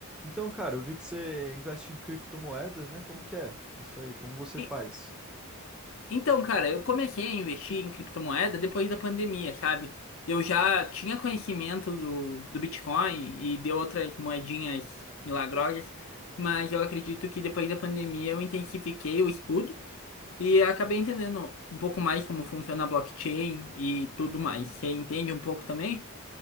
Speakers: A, in the centre; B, on the left.
A: Então, cara, eu vi que você investe em criptomoedas, né? Como que é isso aí? Como você
B: E-
A: faz?
B: Então, cara, eu comecei a investir em criptomoeda depois da pandemia, sabe? Eu já tinha conhecimento do, do Bitcoin e de outras moedinhas milagrosas, mas eu acredito que depois da pandemia eu intensifiquei o estudo e acabei entendendo um pouco mais como funciona a blockchain e tudo mais. Você entende um pouco também?